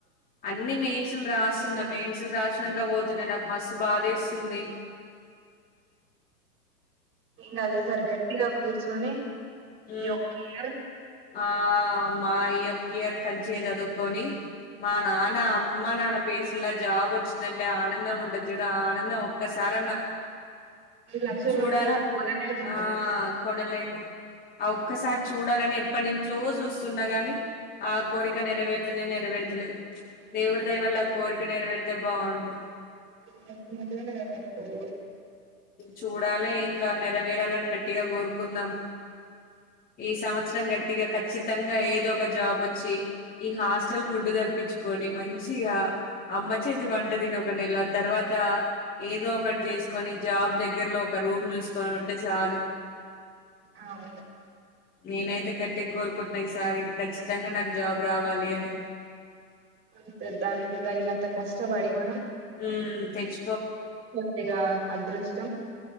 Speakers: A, on the left; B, on the right.
A: అన్ని మెయిన్ మల్లి రాస్తున్నా మేన్సు రాసినాక పోతున్నాయి నాకు మస్తు బాధ ఏస్తుంది
B: ఏం కాదు ఇ సారీ గట్టిగా కూర్చొని
A: హ
B: ఈ ఒక్క ఇయర్
A: ఆ మా ఈ యొక్క ఇయర్ మంచి గా చదువుకొని మా నాన్న అమ్మ నాన్న పేసులా జాబ్ వచ్చిందం ఆ ఆనందం ఉంటది చూడు ఆ ఆనందం ఒక్కసారన్న
B: లక్షలు
A: చూడాలి.
B: పెట్టిన అది కొనలేము
A: ఆ! కొనలేము. ఒక్కసారి చూడాలని ఎప్పటినుంచో చూస్తున్నా గాని ఆ కోరిక నెరవేరుతేనే నెరవేర్తలే దేవుడి దయ వల్ల ఆ కోరిక నెరవేరితే బాగుండు
B: <unintelligible> నెరవేరుతుంది
A: చూడాలి ఇంకా నెరవేరాలని గట్టిగా కోరుకుందాం ఈ సంవత్సరం గట్టి గా ఖచ్చితంగా ఏదో ఒక జాబ్ వచ్చి ఈ హాస్టల్ ఫుడ్డు తపించుకొని మంచిగా అమ్మ చేతి వంటదిని ఒక నెల తర్వాత ఏదో ఒకటి చేసు కని జాబ్ దగ్గరలో ఒక రూమ్ చూసుకొని ఉంటే చాలు
B: అవును
A: నేనైతే గట్టిగా కోరుకుంటున్నా ఈసారి ఖచ్చితంగా నాకు జాబ్ రావాలి అని
B: అంతే దానికి దగినంత కష్టపడి మనం
A: హ్మ్ తెచ్
B: ముద్దిగా అదృష్టం